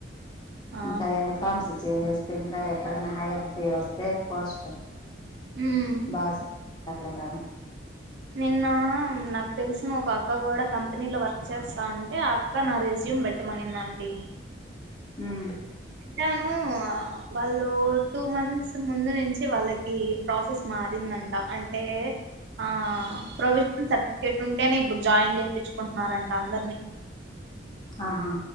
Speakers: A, on the right; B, on the left.
A: ఆ
B: ఇంకా ఏం ఫామ్స్ చేసేస్తే ఇంకా ఎక్కడనా హైర్ తీ వస్తే పోస్ట్
A: ఉమ్
B: బా సర్లే కానీ
A: నిన్న నాకు తెలిసిన ఒక అక్క కూడా కంపెనీలో వర్క్ చేస్తా అంటే ఆ అక్క నా రేస్ పెట్టమనింది అండి
B: మ్మ్
A: అంటాను వాళ్ళు టూ మంత్స్ ముందు నుంచి వాళ్ళకి ప్రాసెస్ మారింది అంట అంటే ఆ ప్రొవిజన్ సర్ ర్ఫికెట్ ఉంటేనే ఇప్పుడు జాయిన్ చేయిచ్చుకుంటున్నారంట అందరినీ
B: ఆహా